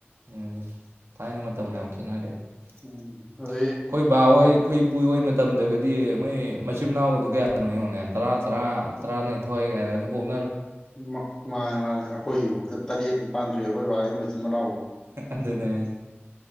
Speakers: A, on the right (about 80°); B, on the left (about 15°).
A: ꯎꯝ ꯊꯥꯏꯅ ꯃꯇꯝꯒꯥ ꯌꯥꯝ ꯈꯦꯠꯅꯔꯦꯕ ꯑꯩꯈꯣꯏ
B: ꯎꯝ ꯑꯗꯩ
A: ꯕꯥ ꯍꯣꯏ ꯑꯩꯈꯣꯏ ꯏꯄꯨ ꯍꯣꯏ ꯃꯠ ꯇꯝꯗꯒꯗꯤ ꯃꯣꯏ ꯃꯆꯤꯟ ꯃꯅꯥꯎꯒꯗꯨ ꯀꯌꯥꯅꯣ ꯌꯦꯡꯉꯣꯅꯦ ꯇꯔꯥ ꯇꯔꯥ ꯇꯔꯥꯅꯤ ꯊꯣꯏ ꯀꯥꯏꯅ ꯑꯗꯨꯝ ꯄꯣꯛ
B: ꯃꯥ ꯃꯥꯅꯦ ꯃꯥꯅꯦ ꯑꯩꯈꯣꯏꯒꯤꯕꯨꯨꯛꯇ ꯇꯔꯦꯠ ꯅꯤꯄꯥꯟ ꯁꯨꯏ ꯑꯩꯈꯣꯏ ꯕꯥꯏ ꯃꯆꯤꯟ ꯃꯅꯥꯎ
A: ꯍ ꯑꯗꯨꯅꯤ ꯍꯥꯏꯖꯦ